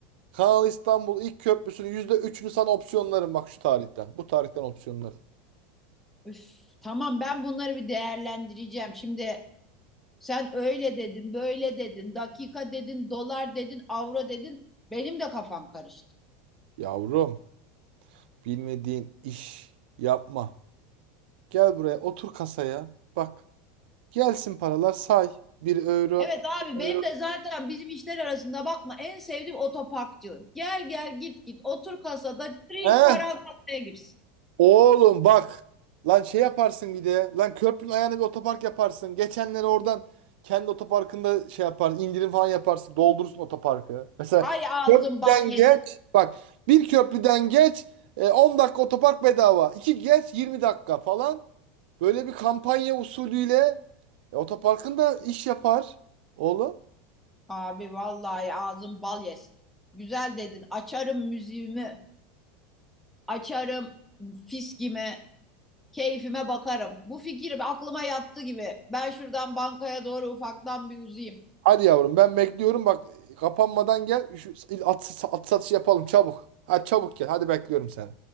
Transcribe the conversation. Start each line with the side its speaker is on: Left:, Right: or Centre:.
Right: Kanal İstanbul ilk köprüsünün yüzde üçünü sana opsiyonlarım bak şu tarihten. Bu tarihten opsiyonlarım.
Centre: Üf, tamam ben bunları bir değerlendireceğim. Şimdi sen öyle dedin, böyle dedin, dakika dedin, dolar dedin, avro dedin. Benim de kafam karıştı.
Right: Yavrum bilmediğin iş yapma. Gel buraya otur kasaya. Bak gelsin paralar say. Bir euro.
Centre: Evet abi
Right: iki euro.
Centre: benim de zaten bizim işler arasında bakma en sevdiğim otoparkçılık. Gel gel git git otur kasada drink
Right: He?
Centre: paran kasaya girsin.
Right: Oğlum bak. Lan şey yaparsın bir de. Lan köprünün ayağına bir otopark yaparsın. Geçenleri oradan kendi otoparkında şey yapar, indirim falan yaparsın. Doldurursun otoparkı. Mesela
Centre: Hay ağzın
Right: köprüden
Centre: bal yesin.
Right: geç. Bak bir köprüden geç. e, 10 dakika otopark bedava. iki geç 20 dakika falan. Böyle bir kampanya usulüyle e, otoparkın da iş yapar oğlum.
Centre: Abi vallahi ağzın bal yesin. Güzel dedin açarım müziğimi açarım fiskimi keyfime bakarım. Bu fikir aklıma yattı gibi ben şuradan bankaya doğru ufaktan bir uzayım.
Right: Hadi yavrum ben bekliyorum bak kapanmadan gel şu at, at satışı yapalım çabuk. Hadi çabuk gel hadi bekliyorum seni.